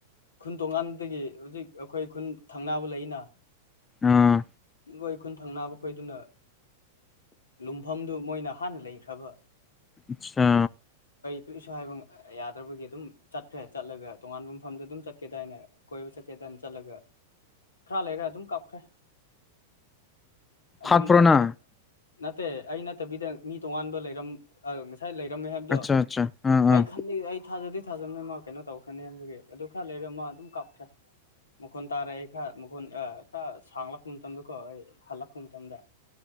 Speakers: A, on the left; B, on the left.
A: ꯈꯨꯟ ꯇꯣꯉꯥꯟꯕꯗꯒꯤ ꯍꯧꯖꯤꯛ ꯑꯩꯈꯣꯏ ꯈꯨꯟ ꯊꯪꯅꯕ ꯂꯩꯅ
B: ꯑꯥ
A: ꯒꯣꯏ ꯈꯨꯟ ꯊꯪꯅꯕ ꯈꯣꯏꯗꯨꯅ ꯂꯨꯝꯐꯝꯗꯨ ꯃꯣꯏꯅ ꯍꯥꯟꯅ ꯂꯩꯈ꯭ꯔꯕ
B: ꯑꯆꯥ
A: ꯀꯁꯨ ꯍꯥꯏꯕ ꯌꯥꯗ꯭ꯔꯕꯒꯤ ꯑꯗꯨꯝ ꯆꯠꯈ꯭ꯔꯦ ꯆꯠꯂꯒ ꯇꯣꯉꯥꯟꯕ ꯃꯐꯝꯗ ꯑꯗꯨꯝ ꯆꯠꯀꯦꯗꯥꯏꯅ ꯀꯣꯏꯕ ꯆꯠꯀꯦꯗꯥꯏꯅ ꯆꯠꯂꯒ ꯈꯔ ꯂꯩꯔꯦ ꯑꯗꯨꯝ ꯀꯥꯞꯈ꯭ꯔꯦ ꯑꯗꯨ
B: ꯍꯥꯠꯄ꯭ꯔꯣ
A: ꯃꯐꯝꯗꯨꯗ
B: ꯅꯪ
A: ꯅꯠꯇꯦ ꯑꯩ ꯅꯠꯇꯕꯤꯗ ꯃꯤ ꯇꯣꯉꯥꯟꯕ ꯂꯩꯔꯝ ꯉꯁꯥꯏ ꯉꯥꯏ ꯂꯩꯔꯝꯃꯦ ꯍꯥꯏꯕꯗꯣ
B: ꯑꯠꯆꯥ ꯑꯠꯆꯥ ꯑꯥ
A: ꯑꯩ
B: ꯑꯥ
A: ꯈꯗ ꯑꯩ ꯊꯥꯖꯗꯦ ꯁꯥꯥꯖꯕꯅꯦ ꯃꯥ ꯀꯩꯅꯣ ꯇꯧꯈ꯭ꯔꯅꯤꯒꯤ ꯑꯗꯨ ꯈꯔ ꯂꯩꯔ ꯃꯥ ꯑꯗꯨꯝ ꯀꯥꯞꯈ꯭ꯔꯦ ꯃꯈꯣꯟ ꯇꯥꯔꯛ ꯑꯩ ꯈꯔ ꯃꯈꯣꯟ ꯈꯔ ꯁꯥꯡꯂꯛꯄ ꯃꯇꯝꯗ ꯀꯣ ꯑꯩ ꯍꯜꯂꯛꯄ ꯃꯇꯝꯗ